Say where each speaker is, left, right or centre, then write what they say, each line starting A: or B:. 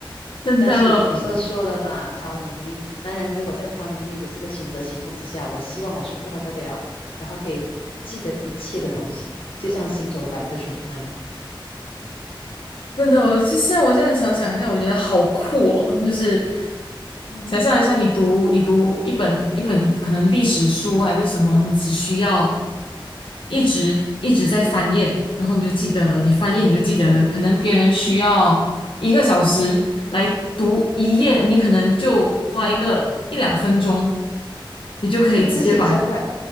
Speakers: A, on the left; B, on the left.
A: 真的。
B: 但是你都说了嘛，超能力。当然，如果在超能力的这个选择情况之下，我希望我是复合得了，然后可以记得一切的东西，就像行走的百科全书那样。
A: 真的，我就现在我现在想想一下，我觉得好酷哦，就是
B: 嗯哼，
A: 想象一下，你读你读一本一本可能历史书还是什么，你只需要一直一直在翻页，然后你就记得了，你翻页你就记得了，可能别人需要一个小时来读一页，
B: 嗯哼，
A: 你可能就花一个一两分钟，你就可以直接把
B: 诶，不止一千块。